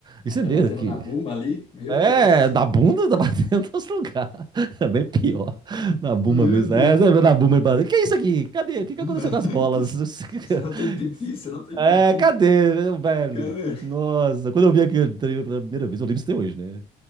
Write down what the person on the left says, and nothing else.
Ainda
batendo
na bumba ali? Meu
Deus.
Meu
Deus.
<laughs>
Que isso? Você
não tem pipi, você não tem
pipi.
Cara,